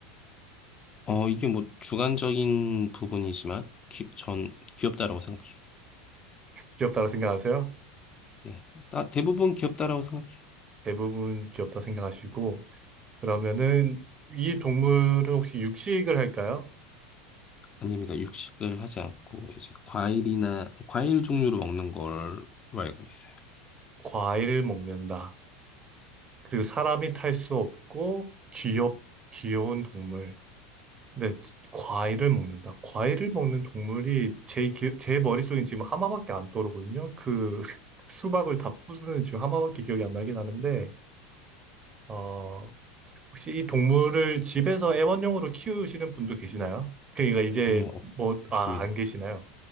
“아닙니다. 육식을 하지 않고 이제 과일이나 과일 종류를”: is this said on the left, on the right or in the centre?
Left